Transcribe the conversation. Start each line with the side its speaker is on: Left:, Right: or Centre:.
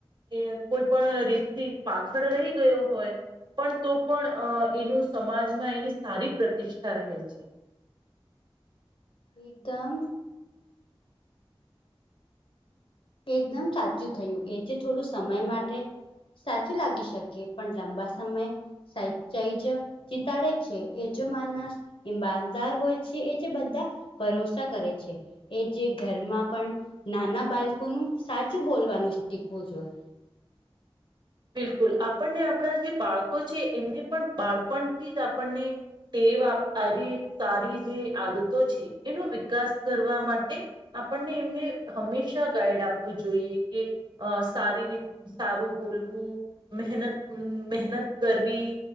Right: એ કોઈ પણ રીતથી પાછળ રહી ગયો હોય પણ તો પણ અ એનું સમાજમાં એની સારી પ્રતિષ્ઠા રહે છે.
Left: એકદમ એકદમ સાચું થયું એ જે થોડું સમય માટે સાચું લાગી શકે પણ લાંબા સમય <unintelligible> જીતાડે જ છે એ જો માનસ ઈમાનદાર હોય છે એ જે બધા ભરોસા કરે છે. એ જે ઘરમાં પણ નાના બાળકોનું સાચું બોલવાનું શીખવું જોઈએ.
Right: બિલકુલ આપણને આપણા જે બાળકો છે એમને પણ બાળપણથી જ આપણને ટે આવી સારી જે આદતો છે એનો વિકાસ કરવા માટે આપણને એમને હંમેશા ગાઈડ આપવું જોઈએ કે અ સારી રીત સારું બોલવું મહેનત મહેનત કરવી